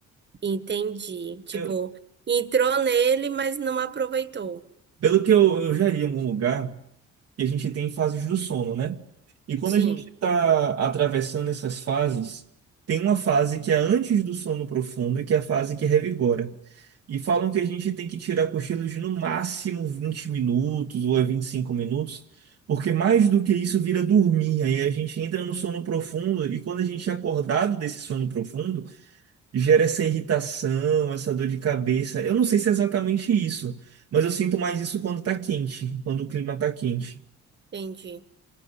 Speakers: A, on the right; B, on the right.
A: Entendi. Tipo,
B: Eu-
A: entrou nele, mas não aproveitou.
B: pelo que eu, eu já li em algum lugar, e a gente tem fases do sono, né? E quando
A: Sim,
B: a gente está atravessando essas fases, tem uma fase que é antes do sono profundo, que é a fase que revigora. E falam que a gente tem que tirar cochilos de no máximo 20 minutos ou é 25 minutos, porque mais do que isso vira dormir. Aí a gente entra no sono profundo e quando a gente é acordado desse sono profundo, gera essa irritação, essa dor de cabeça. Eu não sei se é exatamente isso, mas eu sinto mais isso quando tá quente, quando o clima tá quente.
A: entendi.